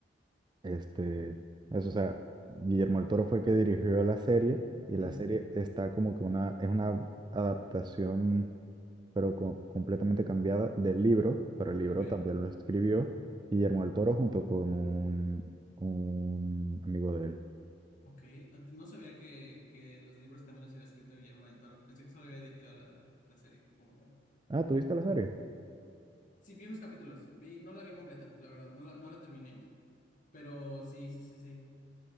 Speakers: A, on the right (about 25°); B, on the left (about 45°).
A: Este, eso, o sea, Guillermo el Toro fue el que dirigió la serie y la
B: ujú,
A: serie está como que una, es una adaptación, pero co- completamente cambiada del libro, pero el libro
B: ok,
A: también lo escribió Guillermo el Toro junto con un, un amigo de él.
B: ok. Ah, No sabía que, que los libros también los había escrito Guillermo del Toro. Pensé que solo había dirigido la, la serie como tal.
A: Ah, ¿tú viste la serie?
B: Sí, vi unos capítulos, vi, no la vi completa, la verdad, no la, no la terminé, pero sí, sí, sí, sí.